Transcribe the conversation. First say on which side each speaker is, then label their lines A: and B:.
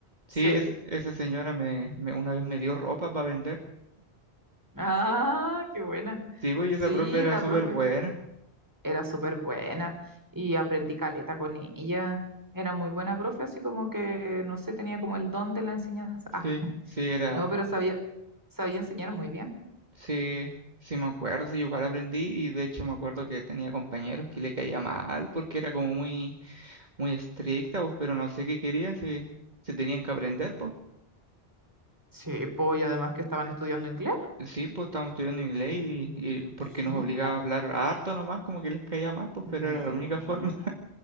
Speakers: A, on the right (about 20°); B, on the right (about 45°).
A: Sí.
B: Sí, es, esa señora me, me- una vez me dio ropa para vender.
A: Ah, qué buena.
B: Sí, güey,
A: Sí,
B: esa profe era
A: la
B: súper
A: profe.
B: buena.
A: era súper buena y aprendí caleta con ella. Era muy buena profe, así como que, no sé, tenía como el don de la enseñanza. Ah,
B: Sí,
A: <laughs>
B: sí, era.
A: no, pero sabía, sabía enseñar muy bien.
B: Sí, sí me acuerdo, sí, igual aprendí y de hecho me acuerdo que tenía compañeros que le caía mal porque era como muy, muy estricta, pues, pero no sé qué querían, si, si tenían que aprender, pues.
A: Sí, po, y además que estaban estudiando inglés.
B: Sí, pues estábamos estudiando inglés y, y porque
A: Sí,
B: nos obligaba
A: po.
B: a hablar harto nomás, como que les caía mal, pues, pero
A: Me...
B: era la única forma.